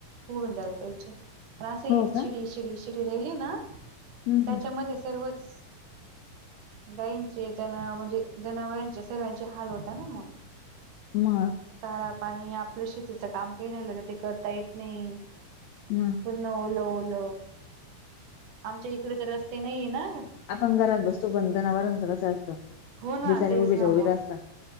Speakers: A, on the right (about 70°); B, on the left (about 80°).
A: पुरून जायला पाहिजे पण असं ये
B: हो
A: शिडी,
B: का
A: शिडी, शिडी राहिली ना
B: हम्म हम्म.
A: त्याच्यामध्ये सर्वच गाईींचे त्यांना म्हणजे जनावरांचे सर्वांचे हाल होता ना मग
B: मग
A: चारा पाणी आपलं शेतीचं काम काही राहिलं तर ते करता येत नाही
B: हम
A: न ओल, ओल आमच्या इकडे तर रस्ते नाहीय आहे ना
B: आपण घरात बसतो पण जनावरांचं कसं असतं
A: हो ना
B: बिचारे
A: तेच
B: उभेच्या
A: ना
B: उभे
A: मग
B: असतात